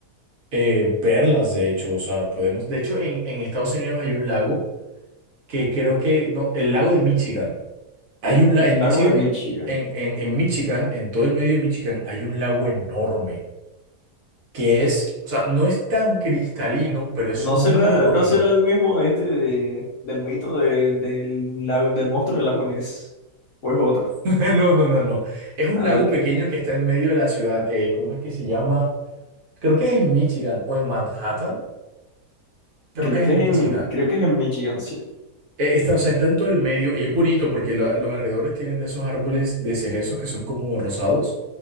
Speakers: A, on the right (about 60°); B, on the left (about 60°).
A: eh, verlas, de hecho, o sea, podemos, de hecho, en, en Estados Unidos hay un lago que creo que, no, el lago de Michigan. Hay un lago en
B: Lago
A: Michigan,
B: de Michigan.
A: en, en, en Michigan, en todo el medio de Michigan, hay un lago enorme, que es, o sea, no es tan cristalino, pero
B: ¿No
A: es muy
B: será,
A: bonito.
B: no será el mismo este de- del mito de- del, lago- del monstruo del lago Ness? ¿O es otro?
A: <laughs> No, no, no, no. Es un
B: Ah,
A: lago
B: ok.
A: pequeño que está en medio de la ciudad. Eh, ¿cómo es que se llama? Creo que es en Michigan o en Manhattan. Creo
B: Creo
A: que es
B: que
A: en
B: es en,
A: Michigan.
B: creo que es en Michigan, sí.
A: Eh, está, o sea, está en todo el medio y es bonito porque la- los alrededores tienen de esos árboles de cerezos que son como rosados.